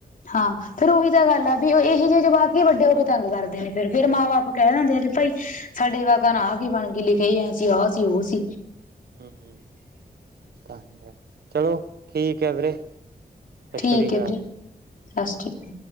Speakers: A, on the left; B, on the right.
A: ਹਾਂ। ਫੇਰ ਉਹ ਵੀ ਤਾਂ ਗੱਲ ਆ ਵੀ ਉਹ ਇਹੋ ਜੇਹੇ ਜਵਾਕ ਹੀ ਵੱਡੇ ਹੋ ਕੇ ਤੰਗ ਕਰਦੇ ਨੇ ਫਿਰ ਫਿਰ ਮਾਂ ਬਾਪ ਕੈ ਦਿੰਦੇ ਆ ਵੀ ਭਾਈ। ਸਾਡੇ ਵਕ ਨਾ ਆ ਕੀ ਬਣ ਗਈ ਲਿਖਿਆ ਹੀ ਐਂ ਸੀ ਆਹ ਸੀ ਉਹ ਸੀ।
B: ਹਮ ਤਾਂ ਚਲੋ ਠੀਕ ਹੈ ਵੀਰੇ। ਸਤਿ
A: ਠੀਕ
B: ਸ਼੍ਰੀ ਅਕਾਲ।
A: ਹੈ ਵੀਰੇ ਬਸ ਠੀਕ।